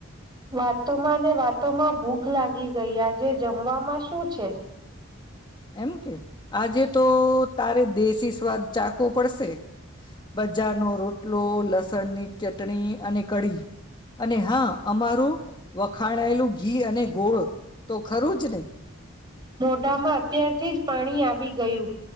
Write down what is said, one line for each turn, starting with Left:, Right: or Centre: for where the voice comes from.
Right: વાતોમાં ને વાતોમાં ભૂખ લાગી ગઈ આજે જમવામાં શું છે?
Left: એમ કે આજે તો તારે દેશી સ્વાદ ચાખવો પડશે બજારનો રોટલો, લસણની ચટણી અને કઢી અને હા અમારું વખાણાયેલું ઘી અને ગોળ તો ખરું જ ને!
Right: મોઢામાં અત્યારથી જ પાણી આવી ગયું